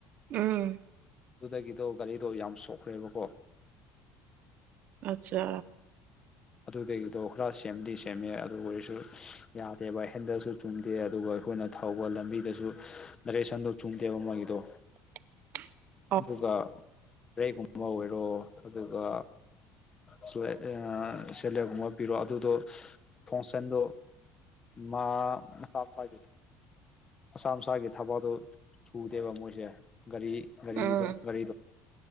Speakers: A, on the right; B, on the left.
A: ꯎꯝ
B: ꯑꯗꯨꯗꯒꯤꯗꯣ ꯒꯥꯔꯤꯗꯣ ꯌꯥꯝ ꯁꯣꯛꯈ꯭ꯔꯦꯕꯀꯣ
A: ꯑꯠꯆꯥ
B: ꯑꯗꯨꯗꯒꯤꯗꯣ ꯈꯔ ꯁꯦꯝꯗꯤ ꯁꯦꯝꯃꯦ ꯑꯗꯨ ꯑꯣꯏꯔꯁꯨ ꯌꯥꯗꯦꯕ ꯍꯦꯟꯗꯜꯁꯨ ꯆꯨꯝꯗꯦ ꯑꯗꯨꯒ ꯑꯩꯈꯣꯏꯅ ꯊꯧꯕ ꯂꯝꯕꯤꯗꯁꯨ ꯗꯥꯏꯔꯦꯛꯁꯟꯗꯣ ꯆꯨꯝꯗꯦꯕ ꯃꯥꯏꯒꯤꯗꯣ
A: <inaudible>
B: ꯑꯗꯨꯒ ꯕ꯭ꯔꯩꯒꯨꯝꯕ ꯑꯣꯏꯔꯣ ꯑꯗꯨꯒ ꯁꯂꯦ ꯑ ꯁꯦꯂꯦꯞꯒꯨꯝꯕ ꯄꯤꯔꯣ ꯑꯗꯨꯗꯣ ꯐꯣꯡꯁꯟꯗꯣ ꯃꯥ ꯃꯄꯥꯒꯤ ꯃꯁꯥ ꯃꯁꯥꯒꯤ ꯊꯕꯛꯗꯣ ꯁꯨꯗꯦꯕ ꯃꯣꯏꯁꯦ ꯒꯥꯔꯤ ꯒꯥꯔꯤꯒꯤꯗꯣ
A: ꯎꯝ
B: ꯒꯥꯔꯤꯗꯣ